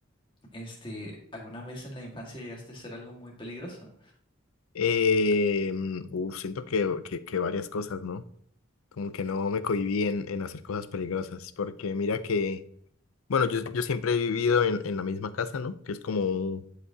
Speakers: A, on the left; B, on the left.
A: Este, ¿alguna vez en la infancia llegaste a hacer algo muy peligroso?
B: Eh, mm, uf, siento que, que, que varias cosas, ¿no? como que no me cohibí en, en hacer cosas peligrosas, porque mira que, bueno, yo, yo siempre he vivido en, en la misma casa, ¿no? Que es como un,